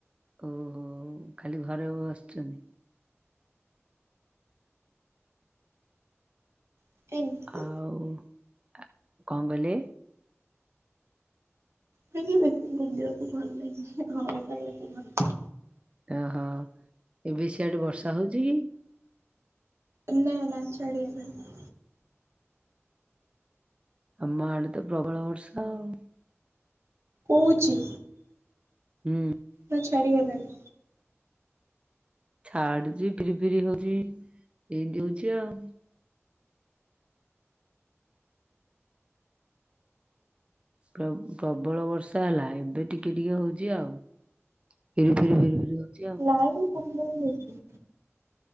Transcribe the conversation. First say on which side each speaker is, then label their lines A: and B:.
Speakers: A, on the right; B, on the right.
A: ଓହୋ! ଖାଲି ଘରେ ବସିଛନ୍ତି।
B: ଲାଗେ। ଏମିତି
A: ଆଉ ଆ, କଣ କହିଲେ?
B: ସେମିତି ବେଶୀ ବୁଲିବାକୁ ଭଲ ଲାଗେ, ହେ ଘର ଟା ଇଏରେ ସବୁ ଭଲ।
A: ଏ ହଁ, ଏବେ ସିଆଡେ ବର୍ଷା ହଉଚି କି?
B: ଏ ନା ନା ଛାଡି ଗଲାଣି।
A: ଆମ ଆଡେ ତ ପ୍ରବଳ ବର୍ଷ ଆଉ।
B: କୋଉଛି।
A: ହୁଁ।
B: ହଁ ଛାଡି ଗଲାଣି।
A: ଛାଡୁଚି, ଫିରି ଫିରି ହଉଛି, ଏମତି ହଉଛି ଆଉ। ପ୍ରବ ପ୍ରବଳ ବର୍ଷା ହେଲା ଏବେ ଟିକେ ଟିକେ ହଉଛି ଆଉ। ଫିରି ଫିରି ଫିରିି ହଉଚି ଆଉ।
B: ନାଇ ପ୍ରବ୍ଲେମ୍ ଅଛି।